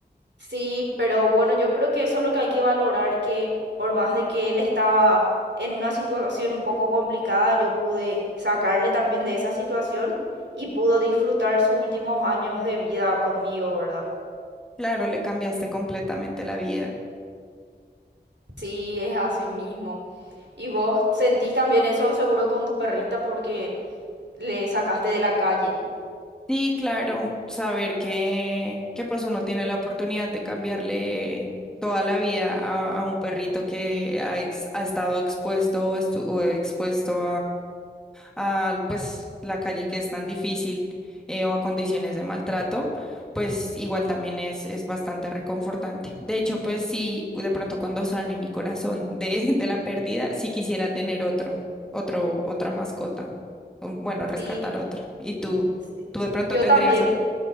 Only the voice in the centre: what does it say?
Claro, le cambiaste completamente la vida.
Sí, claro, saber que, que pues uno tiene la oportunidad de cambiarle toda la vida a, a un perrito que ha, ex- ha estado expuesto o estuvo expuesto a pues la calle que es tan difícil eh, o a condiciones de maltrato, pues igual también es, es bastante reconfortante. De hecho, pues sí, de pronto cuando sane mi corazón de, <laughs> de la pérdida, sí quisiera tener otro, otro, otra mascota, o, bueno, rescatar
otra. ¿Y tú,
tú de pronto
tendrías
otra?